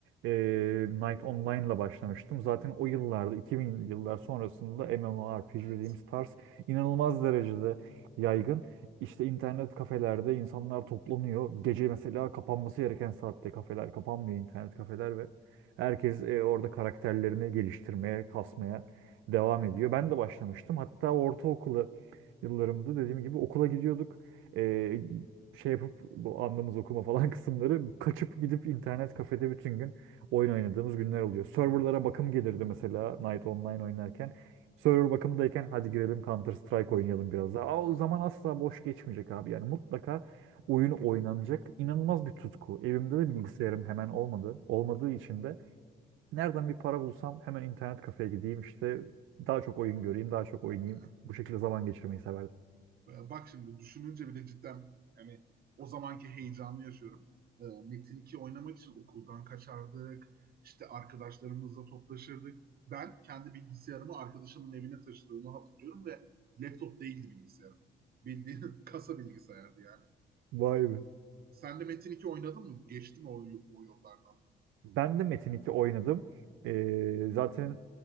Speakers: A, on the right; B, on the right.
A: Ee, Knight Online'la başlamıştım. Zaten o yıllarda 2000'li yıllar sonrasında MMORPG dediğimiz
B: Evet.
A: tarz inanılmaz derecede yaygın. İşte internet kafelerde insanlar toplanıyor. Gece mesela kapanması gereken saatte kafeler kapanmıyor internet kafeler ve herkes e, orada karakterlerini geliştirmeye, kasmaya devam ediyor. Ben de başlamıştım. Hatta ortaokulu yıllarımda dediğim gibi okula gidiyorduk e, şey yapıp bu anlamız okuma falan <laughs> kısımları kaçıp gidip internet kafede bütün gün oyun oynadığımız günler oluyor. Serverlara bakım gelirdi mesela Night Online oynarken. Server bakımdayken hadi girelim Counter Strike
B: Hı hı.
A: oynayalım biraz daha. Aa, o zaman asla boş geçmeyecek abi yani mutlaka oyun oynanacak. İnanılmaz bir tutku. Evimde de bilgisayarım hemen olmadı. Olmadığı için de nereden bir para bulsam hemen internet kafeye gideyim işte daha çok oyun göreyim, daha çok oynayayım.
B: Aynen.
A: Bu şekilde zaman geçirmeyi severdim.
B: E, bak şimdi düşününce bile cidden hani o zamanki heyecanı yaşıyorum. E, Metin 2 oynamak için okuldan kaçardık. İşte arkadaşlarımızla toplaşırdık. Ben kendi bilgisayarımı arkadaşımın evine taşıdığımı hatırlıyorum ve laptop değildi bilgisayarım. Bildiğin <laughs> kasa bilgisayardı yani.
A: Vay be.
B: Sen de Metin 2 oynadın mı? Geçti mi o, o yollardan?
A: Ben de Metin 2 oynadım. Ee, zaten